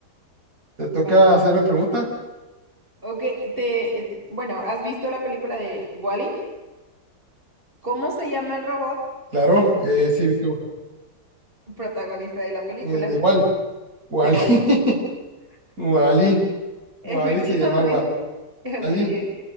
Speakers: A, on the right; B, on the right.
A: ¿te toca
B: Vale.
A: hacerme pregunta?
B: Ok, te, eh, bueno, ¿has visto la película de Wall-E ¿Cómo se llama el robot
A: Claro, eh, sí, he visto.
B: protagonista de la película
A: eh, de Wal, Wally,
B: de Wall-E
A: <laughs> Wally,
B: Efectivamente,
A: Wally se llama
B: <laughs> así
A: Wally,
B: es.